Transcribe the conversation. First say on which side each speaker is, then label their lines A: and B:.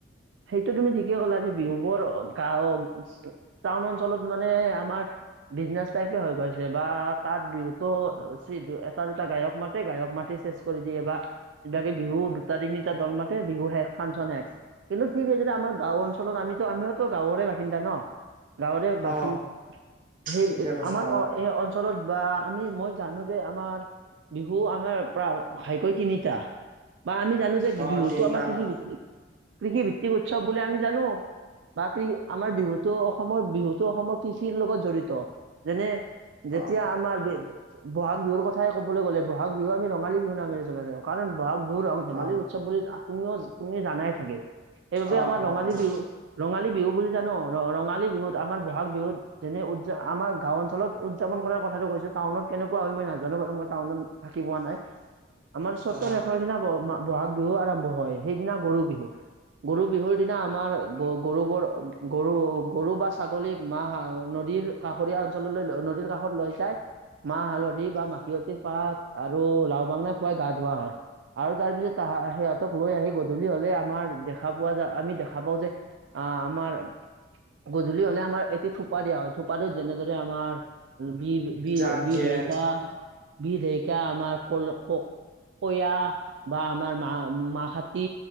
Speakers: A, on the right; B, on the right.
A: সেইটো তুমি ঠিকে কলা যে বিহুবোৰ গাও টাউন অঞ্চলত মানে আমাৰ বিজনেচ টাইপে হৈ গৈছে বা তাত বিহুতো এটা দুটা গায়ক মাতেই গায়ক মাতিছে কৰি দিয়ে বা এাকে বিহু দুটা তিনিটা দল মাতে বিহু শেষ ফাংচন শেষ। কিন্তু ঠিক যে আমাৰ গাঁও অঞ্চলত আমিতো আমিওতো গাঁওৰে বাসিন্দা ন। গাঁওৰে বাকী
B: অ
A: সেই
B: ঠিকে কৈছা
A: আমাৰ অ', এই অঞ্চলত বা আমি মই জানো যে আমাৰ বিহু আমাৰ প্ৰ ঘাইকৈ তিনিটা বা আমি জান
B: অ
A: বিহুতো
B: তিনিটা
A: আমাৰ কৃষিভিত্তক
B: হয়
A: কৃষিভিত্তিক উৎসৱ বুলি আমি জানো। বা কৃ আমাৰ বিহুতো অসমৰ বিহুতো অসমৰ কৃষিৰ লগত জড়িত যেনে যেতিয়া
B: অ
A: আমাৰ ব'হাগ বিহুৰ কথাই ক'ব গ'লে বহাগ বিহু আমি ৰঙালী বিহু নামে যাব জনা যাই কাৰণ বহাগ বিহু ৰং ধেমালি
B: অ
A: উৎসৱ বুলি তুমিও তুমি জানাই চাগে সেইবাবে
B: অ
A: আমাৰ
B: হয়
A: ৰঙালী
B: হয়
A: বিহু ৰঙালী বিহু বুলি জানো। ৰ ৰঙালী বিহু আম বহাগ বিহুত যেনে উদযাপন আমাৰ গাও অঞ্চলত উদযাপন কৰাৰ কথাটো কৈছো। টাউনত কেনেকুৱা হয় মই নাজানোঁ বাৰু মই টাউনত থাকি পোৱা নাই, আমাৰ চতৰ
B: অ
A: শেষৰ দিনা ব- মা- বহাগ বিহু আৰম্ভ হয় সেইদিনা গৰু বিহু। গৰু বিহুৰ দিনা আমাৰ গ- গৰুবোৰ গৰু গৰু বা ছাগলীক মাহ নদী নদীৰ কাষৰীয়া অঞ্চললৈ নদীৰ কাষত লৈ যায়। মাহ হালধি বা মাখিয়তিৰ পাত আৰু লাও বাঙনা খুৱাই গা ধোৱা হয় আৰু তাৰ পিছত <unintelligible> সিহঁতক লৈ আহি গধূলি হ'লে আমাৰ দেখা পোৱা যায় আমি দেখা পাওঁ যে আহ আমাৰ গধলি হ'লে আমাৰ এটি থোপা দিয়া হয় থোপাটোত যেনেদৰে আমাৰ বি-বি-বি
B: জাগ দিয়ে
A: ঢেয়কা। বি ঢেয়কা আমাৰ কল ক-ক- কয়াহ। বা আমাৰ মা মাহ খাতি,